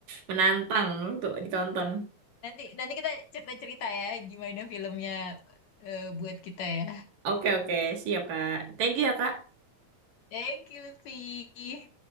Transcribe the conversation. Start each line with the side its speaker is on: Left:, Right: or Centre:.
Right: menantang untuk ditonton.
Left: Nanti nanti kita cerita-cerita ya gimana filmnya eh, buat kita ya.
Right: Oke oke siap Kak. Thank you ya Kak.
Left: Thank you, Lutfi.